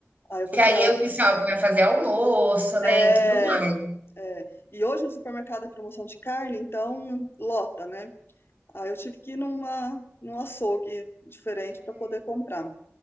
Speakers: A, on the left; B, on the right.
A: Aí eu falei
B: Que aí
A: assim, não,
B: é
A: eu-
B: o pessoal que vai fazer almoço, né,
A: é,
B: e tudo mais.
A: é. E hoje no supermercado é promoção de carne, então lota, né? Aí eu tive que ir numa, num açougue diferente para poder comprar.